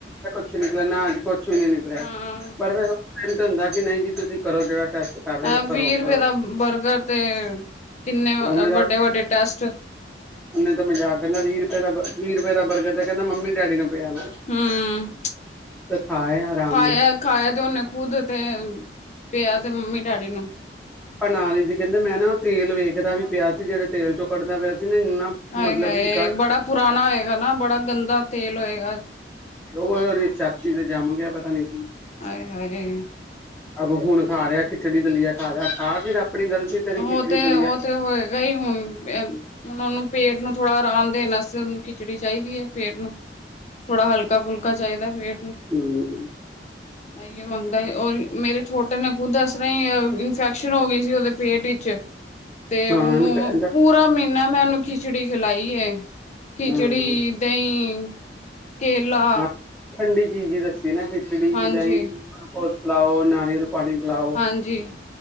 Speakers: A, in the centre; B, on the left.
A: <unintelligible> ਸ਼ੂਨਨ ਕਰ ਰਿੇ
B: ਹਾਂ
A: ਬਰ ਬ <unintelligible> ਤਾਂ ਹੁੰਦਾ ਕਿ ਨਹੀਂ ਜੀ। ਤੁਸੀਂ ਕਰੋ ਜੇੜ ਟੈਸਟ ਕਰ ਰਹੇ ਹੋ
B: ਅ ਵੀਹ
A: ਘੋ
B: ਰੁਪਏ
A: ਕਰੋ
B: ਦਾ ਬਰਗਰ ਤੇ ਕਿੰਨੇ
A: ਮੇਰੇ
B: ਵੱਡੇ ਵੱਡੇ ਟੈਸਟ
A: ਤਾਂ ਮਜ਼ਾਕ ਕਹਿੰਦਾ ਵੀਹ ਰੁਪਏ ਦਾ- ਵੀਹ ਰੁਪਏ ਦਾ ਬਰਗਰ ਹੈ। ਕਹਿੰਦਾ ਮੰਮੀ, ਡੈਡੀ ਨੂੰ। <unintelligible>
B: ਹੂੰ
A: ਆਰਾਮ
B: ਖਾਇਆ,
A: ਨਾਲ
B: ਖਾਇਆ ਤੇ ਉਹਨੇ ਖੁਦ ਤੇ। ਪਿਆ ਤੇ ਮੰਮੀ, ਡੈਡੀ ਨੂੰ।
A: ਪਰਣਾਲੀ ਜੀ ਕਹਿੰਦੇ ਮੈਂ ਨਾ ਤੇਲ ਵੇਖਦਾ ਵੀ ਪਿਆ ਸੀ ਜਿਹੜੇ ਤੇਲ ਚੋਂ ਕੱਢਦਾ ਪਿਆ ਸੀ ਨਾ ਇੰਨਾ
B: ਹਾਏ,
A: ਮਤਲਬ
B: ਹਾਏ
A: ਕਿ ਗੜ
B: ਬੜਾ ਪੁਰਾਣਾ ਹੈਏਗਾ। ਨਾ ਬੜਾ ਗੰਦਾ। ਤੇਲ ਹੋਏਗਾ
A: ਉਹ ਛਾਤੀ ਤੇ ਜਾਵਾਂਗੇ। ਆਪ <unintelligible> ਹੈ ਨੀ
B: ਆ ਗਏ।
A: ਅੋ ਹੁਣ ਖਾ ਰਿਹਾ ਖਿਚੜੀ ਦਲੀਆ ਖਾ ਰਿਹਾ ਖਾ। ਫਿਰ ਆਪਣੀ ਗਲਤੀ ਤੇਰੀ
B: ਉਹ
A: ਖਿਚੜੀ
B: ਤੇ,
A: ਦਲੀਆ
B: ਉਹ ਤੇ ਹੋਏਗਾ ਹੀ ਹੁਣ ਹੁਣ ਉਹਨੂੰ ਪੇਟ ਨੂੰ ਥੋੜਾ ਆਰਾਮ ਦੇਣ ਵਾਸਤੇ ਖਿਚੜੀ ਚਾਹੀਦੀ ਹੈ। ਪੇਟ ਨੂੰ ਥੋੜਾ ਹਲਕਾ, ਫੁਲਕਾ ਚਾਹੀਦਾ ਵੇ
A: ਹਮ।
B: ਆਈਏ ਮੰਗਦਾ ਔਰ ਮੇਰੇ ਛੋਟੇ ਨੇ ਖੁੱਦ ਇਸ ਤਰ੍ਹਾਂ ਹੀ ਇਨਫੈਕਸ਼ਨ ਹੋ ਗਈ ਸੀ। ਪੇਟੀ ਚ ਤੇ
A: ਹਾਂ
B: ਉਹਨੂੰ
A: ਨੀ ਪੈਂਦਾ
B: ਪੂਰਾ ਮਹੀਨਾ ਮੈਂ ਉਹਨੂੰ ਖ ਖਿਚੜੀ ਖਿਲਾਈ ਹੈ। ਖਿਚੜੀ-ਦਹੀਂ।
A: ਹੂੰ
B: ਕੇਲਾ।
A: ਹਾਂ ਠੰਡੀ ਚੀਜ਼ ਹੀ ਦ ਸੀ ਨਾ ਖਿਚੜ-
B: ਹਾਂਜੀ
A: ਦਾਹੀਂ। ਲਾਓ ਨਾਰੀਅਲ ਪਾਣੀ ਪਿਲਾਓ
B: ਹਾਂਜੀ